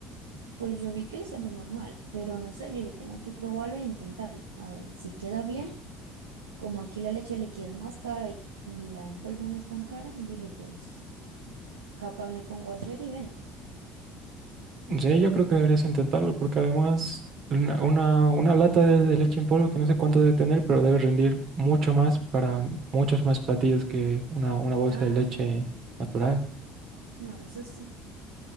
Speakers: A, on the right; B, on the right.
A: Pues yo vi que le salió normal, pero no sé, yo dije, tengo que probarlo e intentarlo. A ver, si queda bien, como aquí la leche líquida es más cara y, y la en polvo no es tan cara, yo dije, pues capaz me pongo a hacer y vendo.
B: Sí, yo creo que deberías intentarlo porque además una, una, una lata de, de leche en polvo que no sé cuánto debe tener, pero debe rendir mucho más para muchos más platillos que una, una bolsa
A: Claro.
B: de leche natural.
A: No, eso sí.